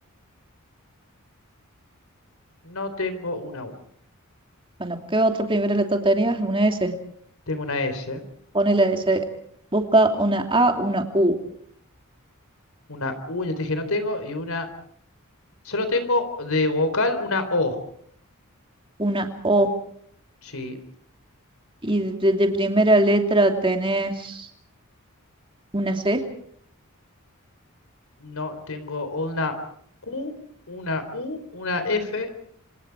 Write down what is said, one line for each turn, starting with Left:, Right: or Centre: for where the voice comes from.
Left: No tengo una U.
Right: Bueno, ¿qué otra primera letra tenías? Una S.
Left: Tengo una S,
Right: Pone la S. Busca una A, una U,
Left: una U, ya te dije no tengo, y una... Solo tengo de vocal una O.
Right: una O.
Left: Sí.
Right: Y de de primera letra tenés una C,
Left: No tengo una Q, una U, una F,